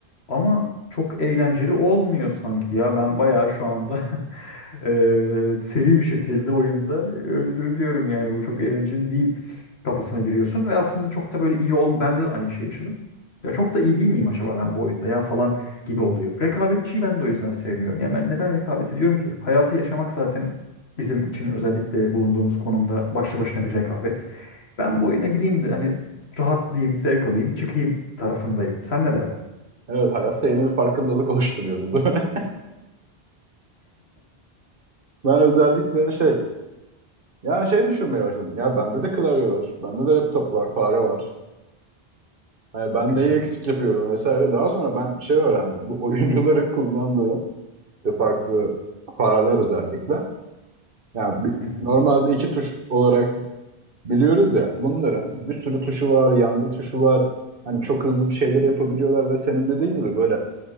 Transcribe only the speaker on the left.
ama çok eğlenceli olmuyor sanki ya. Ben bayağı şu anda <laughs> e, seri bir şekilde oyunda öldürülüyorum yani bu çok eğlenceli değil kafasına giriyorsun ve aslında çok da böyle iyi ol ben de aynı şeyi yaşadım. Ya çok da iyi değil miyim acaba ben bu oyunda ya falan gibi oluyor. Rekabetçiyi ben de o yüzden sevmiyorum. Yani ben neden rekabet ediyorum ki? Hayatı yaşamak zaten bizim için özellikle bulunduğumuz konumda başlı başına bir rekabet. Ben bu oyuna gireyim de hani rahatlayayım, zevk alayım, çıkayım tarafındayım. Sen ne
dersin?
Hı
hı,
hı hı.